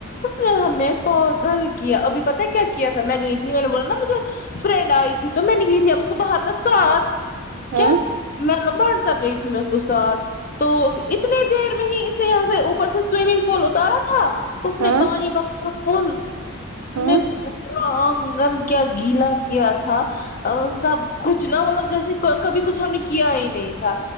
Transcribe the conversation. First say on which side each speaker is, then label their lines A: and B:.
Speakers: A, on the left (about 40°); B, on the right (about 75°).
A: سے ہمیں پوگ گل کیا ابھی پتہ کیا کیا تھا میں گئی تھی میں نے بولا نا مجھے فرینڈ آئی تھی تو میں نکلی تھی اب اس کو باہر تک ساتھ
B: ہاں
A: کیا میں لبا تک گئی تھی میں اس کو ساتھ تو اتنی دیر میں ہی اسے یہاں سے اوپر سے سوئمنگ پول اتارا تھا اس
B: ہاں
A: میں پانی با فول ان
B: ہاں
A: میں پورا آنگن کیا گیلا کیا تھا تو سب کچھ نا مطلب جیسے کبھی کچھ ہم نے کیا ہی نہیں تھا